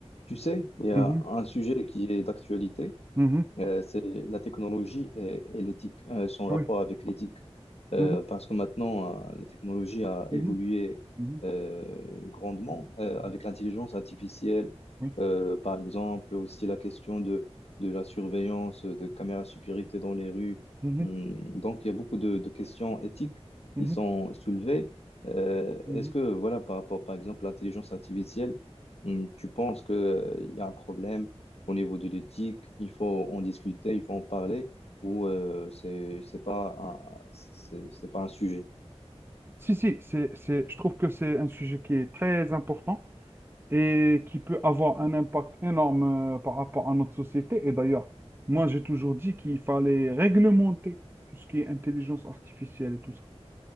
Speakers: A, on the left; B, on the right.
A: Tu sais, il y a
B: Mhm,
A: un sujet qui est d'actualité.
B: mhm,
A: Euh, c'est la technologie et, et l'éthique, euh, son rapport
B: ah oui,
A: avec l'éthique. Euh,
B: mhm,
A: parce que maintenant, euh, la technologie a
B: mhm,
A: évolué
B: mhm,
A: euh, grandement euh,
B: mhm,
A: avec l'intelligence artificielle,
B: oui,
A: Euh, par exemple, aussi la question de, de la surveillance, de caméras de sécurité dans les rues.
B: mhm,
A: Hum, Donc, il y a beaucoup de, de questions éthiques
B: mhm,
A: qui sont
B: mhm,
A: soulevées. Euh,
B: mhm.
A: est-ce que, voilà, par rapport, par exemple, à l'intelligence artificielle, hum, tu penses qu'il y a un problème? au niveau de l'éthique, il faut en discuter, il faut en parler, ou euh, c'est c'est pas un, c'est c'est pas un sujet.
B: Si, si, c'est, c'est, je trouve que c'est un sujet qui est très important et qui peut avoir un impact énorme euh, par rapport à notre société. Et d'ailleurs, moi, j'ai toujours dit qu'il fallait réglementer tout ce qui est intelligence artificielle et tout ça.